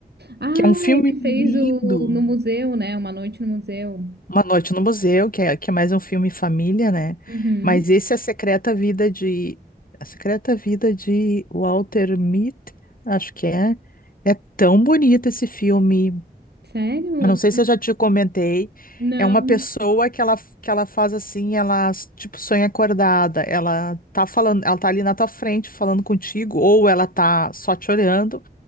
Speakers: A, on the right (about 75°); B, on the left (about 55°).
A: Ah,
B: que é um filme
A: ele
B: lindo.
A: fez o no museu, né? Uma noite no museu.
B: Uma Noite no Museu, que é, que é mais um filme família, né?
A: Uhum.
B: Mas esse é a secreta vida de a secreta vida de Walter Mitty, acho que é. É tão bonito esse filme.
A: Sério?
B: Eu não sei se eu já te comentei,
A: Não.
B: é uma pessoa que ela, que ela faz assim, ela tipo sonha acordada, ela tá falando, ela tá ali na tua frente falando contigo, ou ela tá só te olhando,